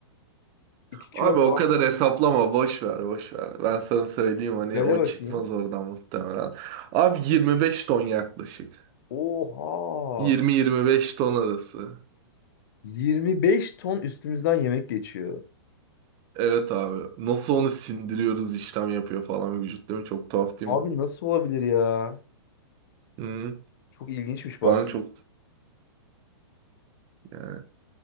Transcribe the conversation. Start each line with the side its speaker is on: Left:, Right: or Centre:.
Left: 2 kilo
Right: Abi
Left: falan.
Right: o kadar hesaplama boş ver boş ver. Ben sana söyleyeyim hani
Left: Böyle
Right: o
Left: bakayım.
Right: çıkmaz oradan muhtemelen. Abi 25 ton yaklaşık.
Left: Oha!
Right: 20-25 ton arası.
Left: 25 ton üstümüzden yemek geçiyor.
Right: Evet abi. Nasıl onu sindiriyoruz işlem yapıyor falan vücut değil mi? Çok tuhaf değil
Left: Abi
Right: mi?
Left: nasıl olabilir ya?
Right: Hı.
Left: Çok ilginçmiş bak.
Right: Bana çok yani.